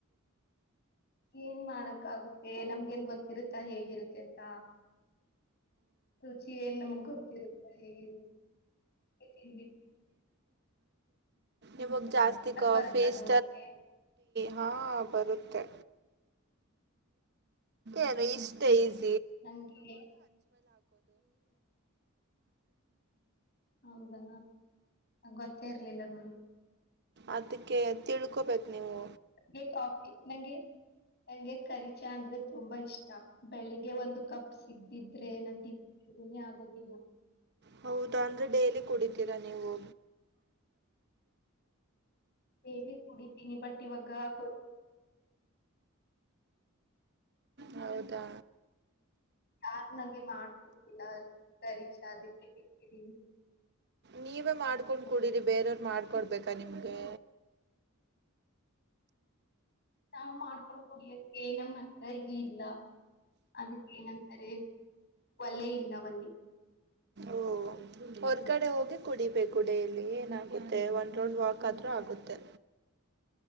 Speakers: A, on the left; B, on the right.
A: ಏನ್ ಮಾಡಕ್ ಆಗುತ್ತೆ ನಮ್ಗ ನ್ ಗೊತ್ತಿರುತ್ತ ಹೇಗಿರುತ್ತೆ ಅಂತ ರುಚಿ ಏನ್ ನಮಗ ಹೇಗಿ ತಿಬಿಟ್ಟ
B: ಇವಾಗ ಜಾಸ್ತಿ ಕ
A: ಬರತ್ತಾ
B: ಫೇಸ್
A: ದೋಸೆ?
B: ಹಾ ಬರುತ್ತೆ ಏನು ಇಷ್ಟೇ ಈ
A: ನಂಗೆು ಹೌದಾ ಗೊತ್ತೇ ಇರ್ಲಿಲ್ಲ ನೋಡಿ
B: ಅದಕ್ಕೆ ತಿಳ್ಕೋಬೇಕು ನೀವು
A: ನಂಗೆ ಕಾಫಿ ನಂಗೆ ನಂಗೆ ಕಖರಿಚಾ ಅಂದ್ರೆ ತುಂಬಾ ಇಷ್ಟ ಬೆಳಿಗ್ಗೆ ಒಂದು ಕಪ್ ಸಿಗ್ದಿದ್ದು ಆದ್ರೆ ನ <unintelligible> ಮೆ ಆಗೋದಿಲ್ಲ
B: ಹೌದಾ ಅಂದ್ರೆ ಡೈಲಿ ಕುಡಿತೀರಾ ನೀವು
A: ಡೈಲಿ ಕುಡಿತೀನಿ ಬಟ್ಟಿ ಇವಾಗ ಕೊ
B: ಹೌದಾ
A: ಯಾರು ನಂಗೆ ಮಾಡ್ಕೊಡ್ತಿಲ್ಲ ಪರೀಕ್ಷಾದಕ್ಕೆಟ್ಟಿದ್ದೀನಿ
B: ನೀವೇ ಮಾಡ್ಕೊಂಡ್ ಕುಡೀರಿ ಬೇರೆಯವ್ರ ಮಾಡ್ಕೊಡ್ಬೇಕಾ ನಿಮ್ಗೆ
A: ನಾವ್ ಮಾಡ್ಕೊಂಡು ಕುಡಿಯಕ್ಕೆ ಏನಮ್ಮ ಹತ್ರ ಇದು ಇಲ್ಲ ಅದಕ್ಕ ಏನಂತಾರೆ ಒಲೇ ಇಲ್ಲವಲ್ಲಿ
B: ಓ ಹೊರ್ಗಡೆ ಹೋಗಿ ಕುಡಿಬೇಕ ಗುಡಲ್ಲಿ ಏನಾಗುತ್ತೆ ಒಂದ್ ರೋಡ್ ವಾಕ್ ಆದ್ರೂ ಆಗುತ್ತೆ